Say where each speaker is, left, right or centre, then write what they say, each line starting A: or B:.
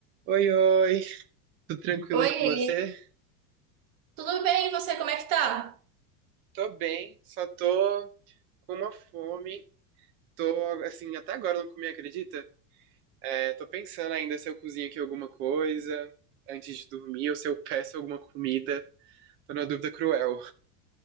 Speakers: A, on the right; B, on the right.
A: Oi, oi, tudo tranquilo
B: Oiê,
A: aí com você?
B: tudo bem? E você, como é que tá?
A: Tô bem, só tô com uma fome. Tô, assim, até agora eu não comi, acredita? É, tô pensando ainda se eu cozinho aqui alguma coisa antes de dormir ou se eu peço alguma comida. Tô numa dúvida cruel.